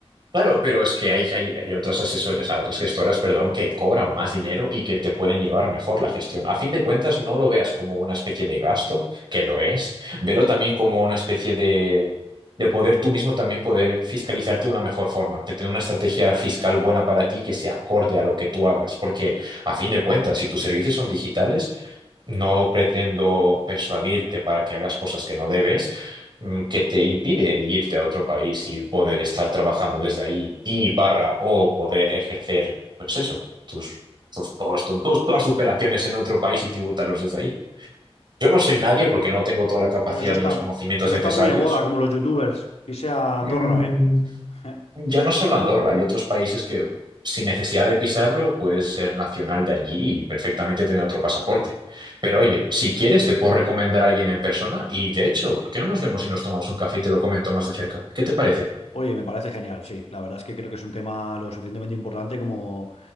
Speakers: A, on the right; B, on the left.
A: Claro, pero es que hay, hay, hay otros asesores, o otras gestoras, perdón, que cobran más dinero y que te pueden llevar mejor la gestión. A fin de cuentas, no lo veas como una especie de gasto, que lo es, velo también como una especie de, de poder tú mismo también poder fiscalizarte de una mejor forma, de tener una estrategia fiscal buena para ti que se acorde a lo que tú hagas, porque a fin de cuentas, si tus servicios son digitales, no pretendo persuadirte para que hagas cosas que no debes, mm, que te impide irte a otro país y poder estar trabajando desde ahí y barra o poder ejercer, pues eso, tus, tus, todos- todos- todas tus operaciones en otro país y tributarlos desde ahí. Yo no soy nadie porque no tengo toda la capacidad
B: O sea, Eso está,
A: ni los conocimientos
B: eso
A: necesarios.
B: está muy de moda, como los youtubers. Irse a Andorra,
A: Mm,
B: ¿eh? Eh,
A: ya no solo Andorra, hay otros países que sin necesidad de pisarlo puedes ser nacional de allí y perfectamente tener otro pasaporte. Pero oye, si quieres te puedo recomendar a alguien en persona y de hecho, ¿por qué no nos vemos y nos tomamos un café y te lo comento más de cerca? ¿Qué te parece?
B: Oye, me parece genial, sí. La verdad es que creo que es un tema lo suficientemente importante como